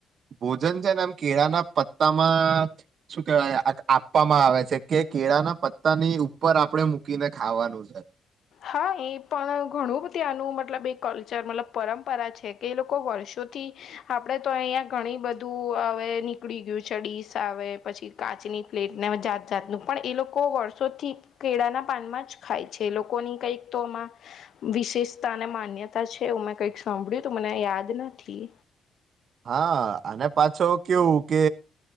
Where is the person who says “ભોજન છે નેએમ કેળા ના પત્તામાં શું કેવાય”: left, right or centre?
Right